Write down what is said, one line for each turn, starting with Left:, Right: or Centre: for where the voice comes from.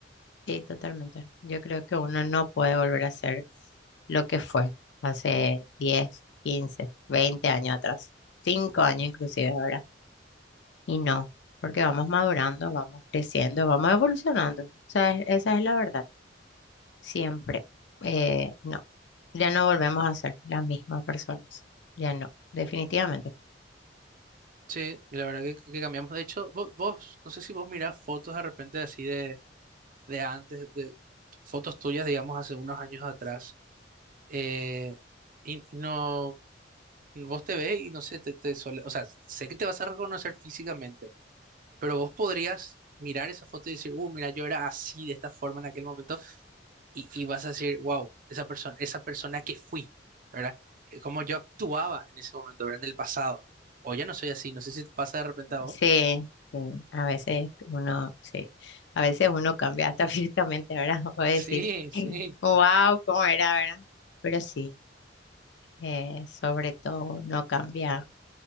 Left: Sí, totalmente. Yo creo que uno no puede volver a ser lo que fue hace 10, 15, 20 años atrás, 5 años inclusive ahora. Y no, porque vamos madurando, vamos creciendo, vamos evolucionando. O sea, es- esa es la verdad. Siempre. Eh, no, ya no volvemos a ser las mismas personas. Ya no, definitivamente.
Right: Sí, y la verdad que, que cambiamos. De hecho, vos, vos, no sé si vos mirás fotos de repente así de, de antes, de fotos tuyas, digamos, hace unos años atrás. eh, y no, Vos te ves y no sé, te, te sole- o sea, sé que te vas a reconocer físicamente, pero vos podrías mirar esa foto y decir, uh, mira, yo era así, de esta forma en aquel momento, y, y vas a decir, wow, esa persona, esa persona que fui, ¿verdad? Eh, Como yo actuaba en ese momento, ¿verdad? En el pasado. O ya no soy así, no sé si te pasa de repente a vos.
Left: Sí,
Right: <laughs>
Left: sí, a veces uno, sí, a veces uno cambia hasta físicamente, ¿verdad? <laughs> O decís,
Right: Sí, sí,
Left: wow, ¿cómo era, verdad? Pero sí, eh, sobre todo uno cambia